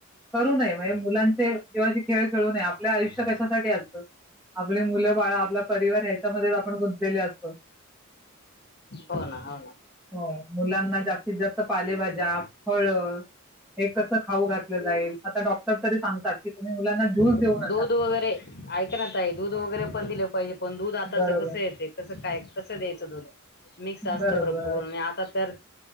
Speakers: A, in the centre; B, on the left.
A: करू नये म्हणजे मुलांचे जीवा्चे खेळ खेळू नये आपलं आयुष्य कशासाठी असतं आपली मुलं बाळा आपला परिवार ह्याच्यामध्ये आपण गुंतलेले असतो
B: हो ना हो ना
A: हो, मुलांना जास्तीत जास्त पालेभाज्या फळ हे कसं खाऊ घातलं जाईल आता डॉक्टर तरी सांगतात की तुम्ही मुलांना ज्यूस
B: दूध
A: देऊ नका
B: वगैरे ऐक ना ताई दूध वगैरे पण दिलं पाहिजे पण दूध आताच
A: बरोबर
B: कसं येते कस द्यायचं द म्त
A: बरोबर
B: भपूर आ तर